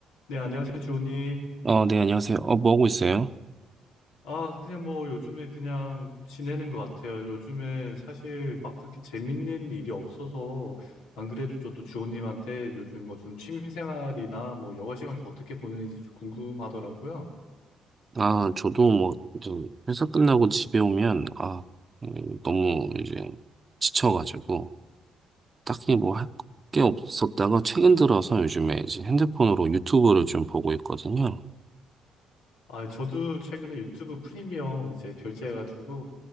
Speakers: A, on the left (about 75°); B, on the right (about 35°).
A: 네, 안녕하세요, 주호님.
B: 어, 네, 안녕하세요. 어, 뭐 하고 있어요?
A: 아, 그냥 뭐 요즘에 그냥 지내는 것 같아요. 요즘에 사실 막 그렇게 재밌는 일이 없어서 안 그래도 저도 주호님한테 요즘 뭐 좀 취미 생활이나 뭐 여가 시간을 좀 어떻게 보내는지 좀 궁금하더라고요.
B: 아, 저도 뭐, 이제 회사 끝나고 집에 오면, 아, 음, 너무 이제 지쳐가지고, 딱히 뭐 할 게 없었다가 최근 들어서 요즘에 이제 핸드폰으로 유튜브를 좀 보고 있거든요.
A: 아, 저도 최근에 유튜브 프리미엄 이제 결제해가지고